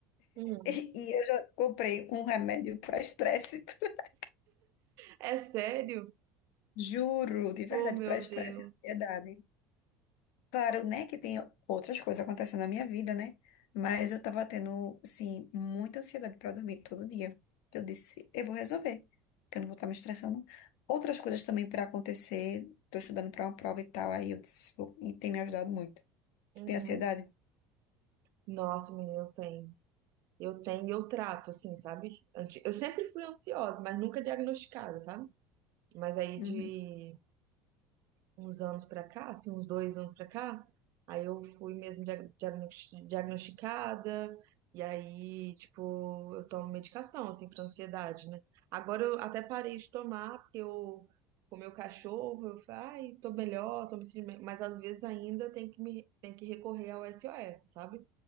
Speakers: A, on the right (about 60°); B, on the left (about 75°).
A: Hum,
B: E eu já comprei um remédio pra estresse. <laughs>
A: É sério?
B: Juro, de verdade,
A: Oh, meu
B: pra estresse
A: Deus.
B: e ansiedade. Claro, né, que tem outras coisas acontecendo na minha vida, né? Mas eu tava tendo, assim, muita ansiedade pra dormir todo dia. Eu disse, eu vou resolver, que eu não vou estar me estressando. Outras coisas também pra acontecer, tô estudando pra uma prova e tal, aí eu disse, vou- e tem me ajudado muito.
A: uhum.
B: Tu tem ansiedade?
A: Nossa, menina, eu tenho. Eu tenho e eu trato, assim, sabe? Anti- Eu sempre fui ansiosa, mas nunca diagnosticada, sabe? Mas aí
B: Uhum.
A: de uns anos pra cá, assim, uns dois anos pra cá, aí eu fui mesmo diag- diagnosti- diagnosticada, e aí, tipo, eu tomo medicação, assim, pra ansiedade, né? Agora eu até parei de tomar, porque eu comi o cachorro, eu falei, ai, tô melhor, tô me sentindo melhor", mas às vezes ainda tem que me, tem que recorrer ao SOS, sabe?